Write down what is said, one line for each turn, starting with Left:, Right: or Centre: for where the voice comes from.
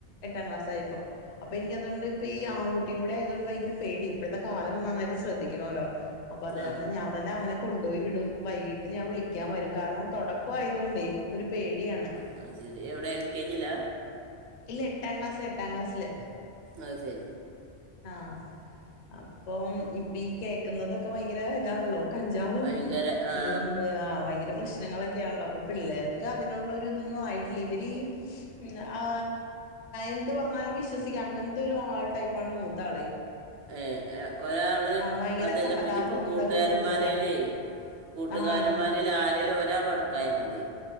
Left: എട്ടാം ക്ലാസ്സായപ്പോ അപ്പൊ എനിക്ക് അത്കൊണ്ട് ഇപ്പോ ഈ ആൺകുട്ടിയും കൂടെയായതുകൊണ്ട് ഭയങ്കര പേടി ഇപ്പോഴത്തെ കാലം നന്നായിട്ട് ശ്രദ്ധിക്കണമല്ലോ അപ്പൊ അത്
Right: ആ
Left: കാരണം ഞാൻ തന്നെ അവനെ കൊണ്ട്പോയി വിടും വൈകീട്ട് ഞാൻ വിളി ക്കാൻ വരും കാരണം തുടക്കായതുകൊണ്ടേ ഒരു പേടിയാണ്
Right: ആഹ് ശരി എവിടെ എൽ കെ ജിയിലാ
Left: ഇല്ല എട്ടാം ക്ലാസില് എട്ടാം ക്ലാസില്
Right: അത് ശരി
Left: ആഹ് അപ്പം ഇപ്പീ കേക്കുന്നതൊക്കെ ഭയങ്കര ഇതാണല്ലോ കഞ്ചാവും
Right: ഭയങ്കര ആ
Left: ഇതും ആഹ് ഭയങ്കര പ്രശ് നങ്ങളൊക്കെയാണല്ലോ അപ്പൊ പിള്ളേർക്ക് അതിനുള്ള ഒരു ഇതൊന്നും ആയിട്ടില്ല ഇവര് ഈ ആ എന്ത് പറഞ്ഞാലും വിശ്വസിക്കാം അങ്ങനത്തെ ഒരു ആ ടൈപ്പാണ് മൂത്താളെ
Right: ഏഹ് ഒരാള്
Left: ഭയങ്കര
Right: അതെല്ലപിന്നിപ്പോ
Left: സഹതാപവും
Right: കൂട്ടുകാരന്മാരയിലെ
Left: ഇതൊക്കെ കൂടുതലാ
Right: കൂട്ടുകാരന്മാരിൽ
Left: ആഹ് നമുക്ക്
Right: ആരേലും ഒരാൾ ബെടക്കായാൽ മതി